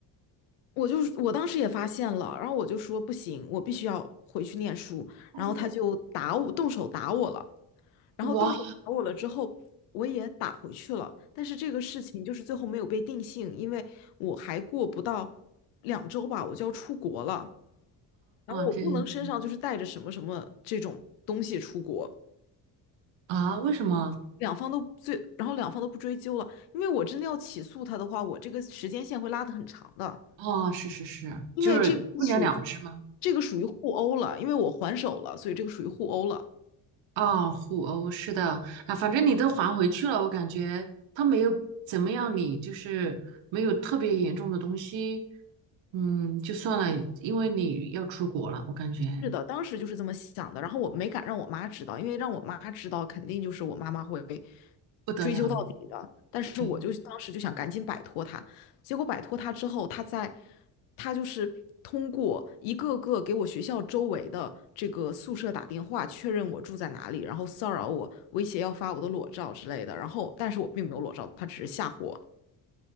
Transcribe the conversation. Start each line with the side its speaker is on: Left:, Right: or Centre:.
Left: 我就我当时也发现了，然后我就说不行，我必须要回去念书，
Right: <laughs>，
Left: 然后他就打我，动手打我了。然后动手打我了之后，
Right: 哇，
Left: 我也打回去了，但是这个事情就是最后没有被定性，因为我还过不到两周吧，我就要出国了，然后我不能身上就是带着什么什么这种东西出国，
Right: 这样子啊？为什么？
Left: 两方都最，然后两方都不追究了，因为我真的要起诉他的话，我这个时间线会拉得很长的，
Right: 哦，是是是，
Left: 因为这个不属于
Right: 就是不了了之吗？
Left: 这个属于互殴了，因为我还手了，所以这个属于互殴了。
Right: 哦，互殴是的啊，反正你都还回去了，我感觉他没有怎么样你，就是没有特别严重的东西，嗯，就算了，因为你要出国了，我感觉
Left: 是的，当时就是这么想的，然后我没敢让我妈知道，因为让我妈知道，肯定就是我妈妈会
Right: 不得了了。
Left: 追究到底的。但是我就当时就想赶紧摆脱她，
Right: 对，
Left: 结果摆脱她之后，她在，她就是通过一个个给我学校周围的这个宿舍打电话确认我住在哪里，然后骚扰我，威胁要发我的裸照之类的。然后，但是我并没有裸照，她只是吓唬我。